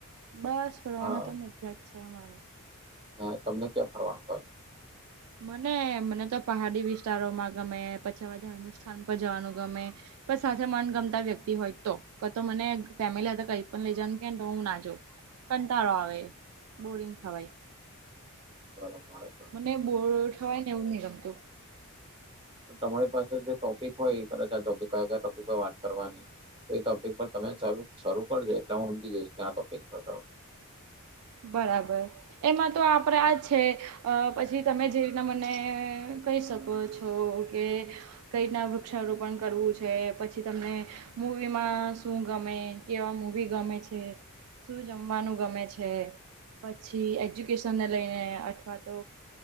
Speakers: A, on the right; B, on the right.
A: બસ ફરવાનું
B: હા
A: તો મજા જ છે અમારે
B: હા તમને ક્યાં ફરવાનું હો
A: મને મને તો પહાડી વિસ્તારોમાં ગમે પછીવા ધાર્મિક સ્થાન પર જવાનું ગમે પણ સાથે મનગમતા વ્યક્તિ હોય તો ક તો મને ફેમિલી સાથે કઈ પણ લઈ જ ને કે હું ના જો ક તારો આવે બોરિંગ થવાય
B: બરાબ
A: મને બોળ થવાય ને એવું નહિ ગમતું
B: તમારી પાસે જે ટોપિક હોય એ કદાચ આ કયા કયા ટોપિક હોય વાત કરવાની તો એ ટોપિક પર તમે શરૂ કરજો એટલે હું સમજી જઈશ ત્યાં ટોપિકતા
A: બરાબર એમાં તો આપડે આ છે પછી તમે જે રીના મને કહી શકો કો છો કે કઈ રીતના વૃક્ષારોપણ કરવું છે પછી તમને મવી માં શું ગમે કેવા મવી ગમે છે શું જમવાનું ગમે છે છે પછી એજ્યુકેશન ને લઈને અથવા તો